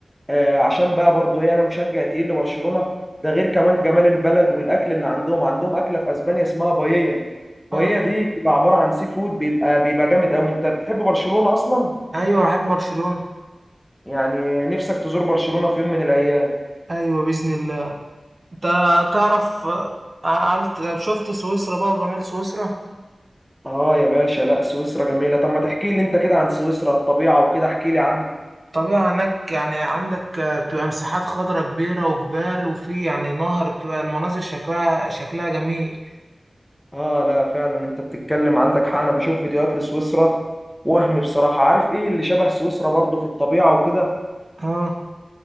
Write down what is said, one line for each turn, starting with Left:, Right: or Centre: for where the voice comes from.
Centre: آه، عشان بقى برضو ايه انا مشجع تقيل لبرشلونه ده غير كمان جمال البلد والاكل اللي عندهم عندهم اكله في اسبانيا اسمها باييه باييه
Right: اه
Centre: دي بتبقى عباره عن سي فود بيبقى بيبقى جامد قوي انت بتحب برشلونه اصلا
Right: ايوه احب برشلونة
Centre: يعني نفسك تزور برشلونه في يوم من الايام
Right: ايوه باذن الله انت تعرف آه، عارف شفت سويسرا بقى وجمال سويسرا
Centre: اه يا باشا لا سويسرا جميله طب ما تحكي لي انت كده عن سويسرا الطبيعه وكده احكي لي عنها
Right: طبيعة هناك يعني عندك آه، بتبقى مساحات خضراء كبيرة وجبال وفي يعني نهر بتبقى المناظر شكلها شكلها جميل
Centre: اه لا فعلا انت بتتكلم عندك حق انا بشوف فيديوهات لسويسرا وهم بصراحه عارف ايه اللي شبه سويسرا برضو في الطبيعه وكده
Right: اه